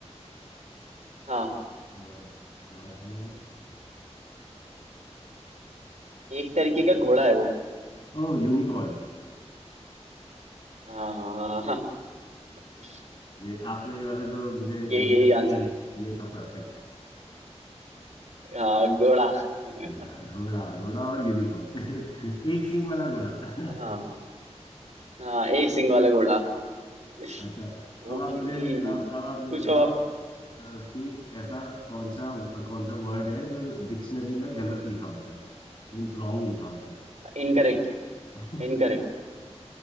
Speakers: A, on the right; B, on the left.
A: हाँ
B: ऐसा क्या है
A: एक तरीके का घोड़ा है वो
B: ओह यूनिकॉर्न
A: हाँ <laughs>
B: ये आपने ये वाला जो मुझे
A: यही
B: वो दिया
A: यही
B: ना
A: आंसर
B: हिंट
A: है
B: ये था परफेक्ट
A: हाँ घोड़ा <laughs>
B: घोड़ा घोड़ा घोड़ा और यूनिकॉर्न <laughs> एक सींग वाला घोड़ा <laughs>
A: हाँ हाँ एक सिंग वाला घोड़ा
B: अच्छा
A: <laughs>
B: अब
A: ओके
B: आप मुझे अब अब आप मुझे
A: पूछो
B: बताओ
A: आप
B: अ, कि ऐसा कौन सा कौन सा वर्ड है जो डिक्शनरी में गलत लिखा होता है मीन्स रॉन्ग लिखा होता है
A: इनकरेक्ट
B: <laughs>
A: इनकरेक्ट